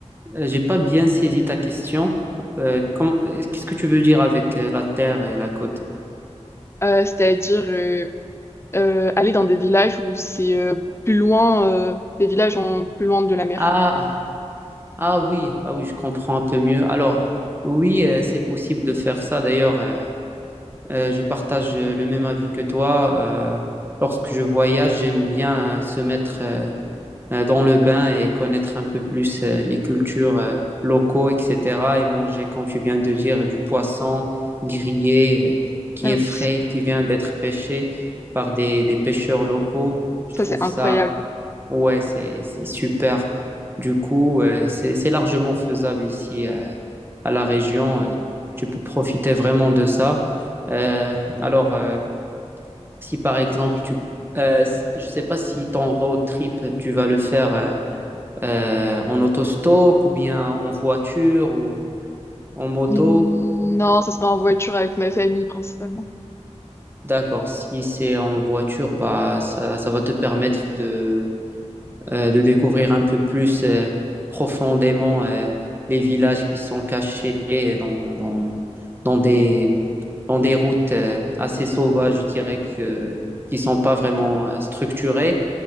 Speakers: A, on the right; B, on the left.
A: j'ai pas bien saisi ta question. Euh, com- euh, qu'est-ce que tu veux dire avec euh, la terre et la côte?
B: Euh, c'est-à-dire euh, euh, aller dans des villages où c'est euh, plus loin, euh, des villages en, plus loin de la mer.
A: Ah, ah oui, ah oui, je comprends un peu mieux. Alors, oui, euh, c'est possible de faire ça. D'ailleurs, euh, euh, je partage euh, le même avis que toi. Euh, lorsque je voyage, j'aime bien euh, se mettre euh, euh, dans le bain et connaître un peu plus euh, les cultures euh, locaux, etc. Et manger, comme tu viens de dire, du poisson grillé euh, qui
B: Ah
A: est
B: oui,
A: frais, qui vient d'être pêché par des, des pêcheurs locaux. Je
B: ça
A: trouve
B: c'est incroyable.
A: ça, ouais, c'est, c'est super. Du coup, euh, c'est, c'est largement faisable ici euh, à la région. Euh, tu peux profiter vraiment de ça. Euh, alors, euh, si par exemple, tu, euh, je ne sais pas si ton road trip, tu vas le faire. euh, euh, en autostop ou bien en voiture ou en moto.
B: Hmm, Non, ça sera en voiture avec ma famille principalement.
A: D'accord, si c'est en voiture, bah, ça, ça va te permettre de, euh, de découvrir un peu plus euh, profondément euh, les villages qui sont cachés dans, dans, dans des, dans des routes euh, assez sauvages, je dirais, que, qui sont pas vraiment euh, structurées,